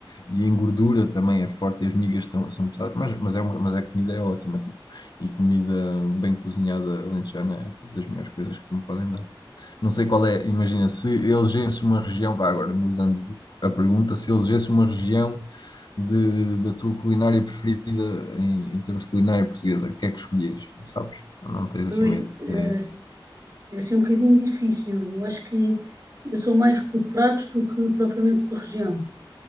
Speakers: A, on the left; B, on the right.
A: E a engordura também é forte, e as migas tão- são pesadas, mas, mas, é uma, mas a comida é ótima, tipo, e comida bem cozinhada alentejana é tipo, das melhores coisas que me podem dar. Não sei qual é, imagina, se elegesse uma região, vá agora mudando a pergunta, se elegesse uma região de, da tua culinária preferida em, em termos de culinária portuguesa, o que é que escolhias? Sabes? Não tens assim
B: Ui,
A: uma
B: eh,
A: ideia.
B: é assim um bocadinho difícil. Eu acho que eu sou mais por pratos do que propriamente por região.